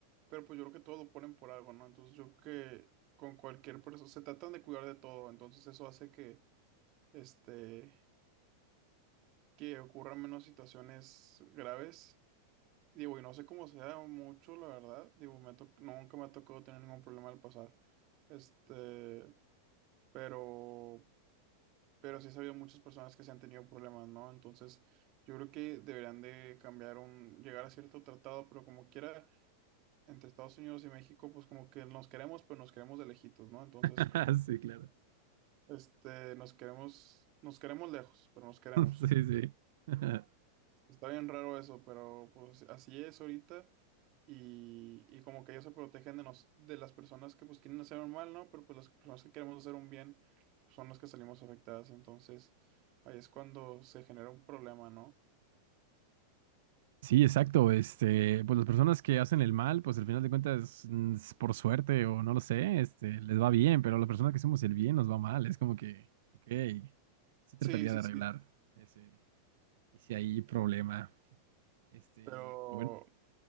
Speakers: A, on the right (about 40°); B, on the right (about 55°).
A: pero pues yo creo que todo lo ponen por algo, ¿no? Entonces yo creo que con cualquier persona, se tratan de cuidar de todo, entonces eso hace que, este, que ocurran menos situaciones graves. Digo, y no sé cómo sea mucho, la verdad, digo, me ha to- nunca me ha tocado tener ningún problema al pasar, este, pero, pero sí he sabido muchas personas que se han tenido problemas, ¿no? Entonces yo creo que deberían de cambiar un, llegar a cierto tratado, pero como quiera. entre Estados Unidos y México, pues como que nos queremos, pero nos queremos de lejitos, ¿no? Entonces,
B: <laughs>
A: como,
B: Sí, claro.
A: este, nos queremos, nos queremos lejos, pero nos queremos.
B: <laughs> Sí, sí. <laughs>
A: Está bien raro eso, pero pues así es ahorita. Y, y como que ellos se protegen de, nos, de las personas que pues quieren hacer un mal, ¿no? Pero pues las personas que queremos hacer un bien pues, son las que salimos afectadas. Entonces, ahí es cuando se genera un problema, ¿no?
B: Sí, exacto. Este, pues las personas que hacen el mal, pues al final de cuentas, mm, es por suerte o no lo sé, este, les va bien, pero a las personas que hacemos el bien nos va mal. Es como que, ok, sí trataría
A: Sí, sí,
B: de arreglar
A: sí.
B: ese, ese ahí problema. Este,
A: Pero,
B: bueno,